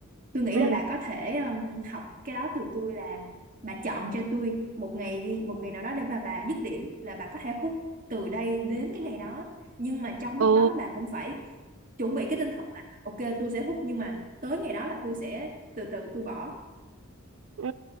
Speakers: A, on the right; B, on the right.
A: tôi nghĩ
B: ừ
A: là bà có thể ừm, học cái đó từ tôi là bà chọn cho tôi một ngày đi một ngày nào đó để bà bà dứt điểm là bà có thể hút từ đây đến cái ngày đó nhưng mà trong lúc
B: Ồ,
A: đó bà cũng phải chuẩn bị cái tinh thần là ok tôi sẽ hút nhưng mà tới ngày đó là tôi sẽ từ từ tôi bỏ
B: ừ.